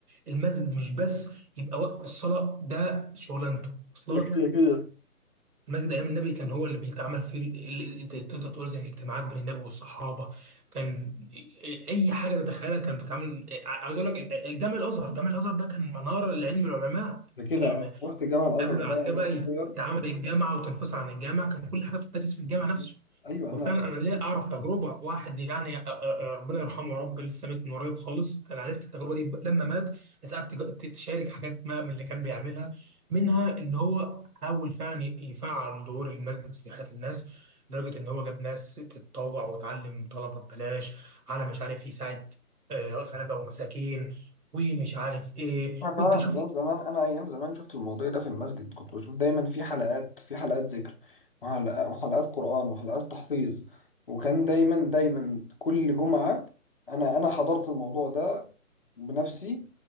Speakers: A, on the right; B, on the left.
A: المسجد مش بس يبقى وقت الصلاة ده شغلانته وصل
B: يا
A: لك
B: كده
A: المسجد أيام النبي كان هو اللي بيتعمل فيه ال- ال- ال- تقدر تقول زي الاجتماعات بين النبي والصحابة كان أي حاجة تتخيلها كانت بتتعمل عايز أقول لك جامع الأزهر جامع الأزهر ده كان منارة لعلم العلماء
B: ده كده
A: يعني
B: انا رحت جامع الازهر
A: قبل
B: ده
A: بعد
B: وانا
A: كده بقى
B: صغير
A: يتعامل الجامعه وتنفصل عن الجامعه كان كل حاجه بتدرس في الجامعه
B: بالظبط
A: نفسه
B: ايوه
A: وفعلا
B: انا
A: انا ليه اعرف تجربه واحد يعني أ- أ- ربنا يرحمه يا رب لسه مات من قريب خالص انا عرفت التجربه دي لما مات ناس قعدت تج- ت- تشارك حاجات ما من اللي كان بيعملها منها ان هو حاول فعلا ي- يفعل دور المسجد في حياه الناس لدرجه ان هو جاب ناس تتطوع وتعلم طلبه ببلاش على مش عارف يساعد آه، غلبه ومساكين ومش عارف ايه
B: انا فعلا
A: وانت شفت
B: ايام زمان انا ايام زمان شفت الموضوع ده في المسجد كنت بشوف دايما في حلقات في حلقات ذكر وحلقات وحلقات قرآن وحلقات تحفيظ وكان دايما دايما كل جمعة انا انا حضرت الموضوع ده بنفسي